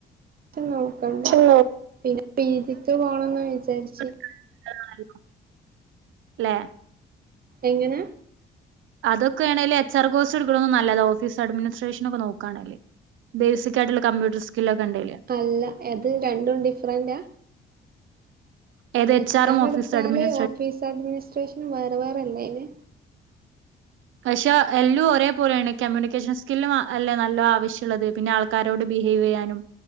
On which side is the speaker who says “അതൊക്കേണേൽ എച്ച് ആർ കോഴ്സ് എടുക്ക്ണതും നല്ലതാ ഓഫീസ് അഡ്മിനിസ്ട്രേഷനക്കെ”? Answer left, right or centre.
Right